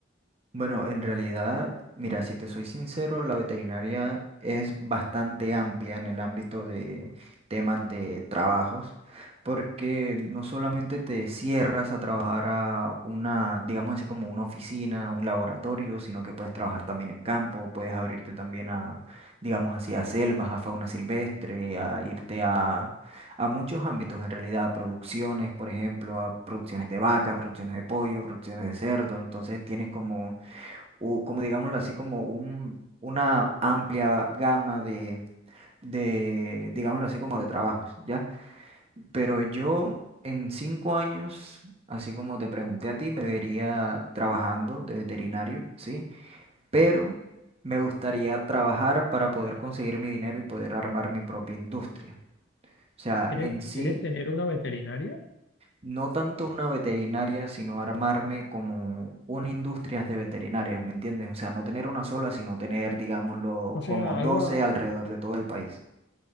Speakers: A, on the right; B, on the left.
A: Bueno, en realidad, mira, si te soy sincero, la veterinaria es bastante amplia en el ámbito de temas de trabajos, porque no solamente te cierras a trabajar a una, digamos así como una oficina, un laboratorio, sino que puedes trabajar también en campo, puedes abrirte también a, digamos así, a selvas, a fauna silvestre, a irte a, a muchos ámbitos en realidad, a producciones, por ejemplo, a producciones de vacas, producciones de pollo, producciones de cerdo, entonces tienes como u- como digámoslo así, como un, una amplia gama de, de, digámoslo así, como de trabajos, ¿ya? Pero yo en cinco años, así como te pregunté a ti, me vería trabajando de veterinario, ¿sí? Pero me gustaría trabajar para poder conseguir mi dinero y poder armar mi propia industria. O sea,
B: ¿Quieres,
A: en sí...
B: quieres tener una veterinaria?
A: no tanto una veterinaria, sino armarme como una industria de veterinarias, ¿me entiendes? O sea, no tener una sola, sino tener, digámoslo,
B: O sea,
A: como 12
B: algo,
A: alrededor de todo el país.